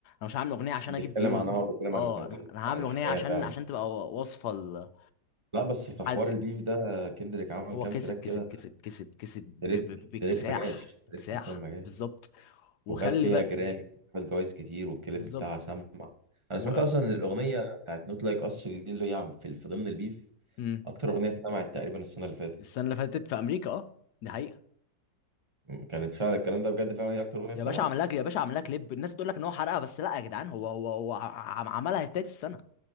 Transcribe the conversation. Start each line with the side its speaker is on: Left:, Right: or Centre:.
Left: مش هعمل اغنيه عشان
Right: بيتكلم
Left: اجيب فيوز
Right: عن اه بيتكلم
Left: اه
Right: عن
Left: انا انا هعمل
Right: عن الحياة
Left: اغنيه عشان
Right: فعلا
Left: عشان تبقى وصفه ال-
Right: لا بس في حوار
Left: حالتي
Right: البيف ده كندريك عمل
Left: هو
Right: كام
Left: كسب
Right: تراك
Left: كسب
Right: كده
Left: كسب كسب كسب ب-
Right: دريك
Left: ب- باكتساح
Right: دريك ما جاش دريك
Left: اكتساح
Right: حرفيا ما جاش
Left: بالظبط وخلي
Right: وخد فيها
Left: بقى
Right: جرامي خد جوايز كتير والكليب
Left: بالظبط
Right: بتاعها سمع انا
Left: و
Right: سمعت اصلا إن الاغنيه بتاعت نوت لايك اس دي اللي هي عم- في في ضمن البيف
Left: مم.
Right: اكتر اغنيه اتسمعت تقريبا السنه اللي فاتت
Left: السنه اللي فاتت في امريكا اه دي حقيقه
Right: م- كانت فعلا الكلام ده بجد فعلا هي اكتر اغنيه اتسمعت
Left: يا باشا عمل لك يا باشا عمل لك كليب الناس بتقول لك ان هو حرقها بس لا يا جدعان هو هو هو عم- عملها التالت السنه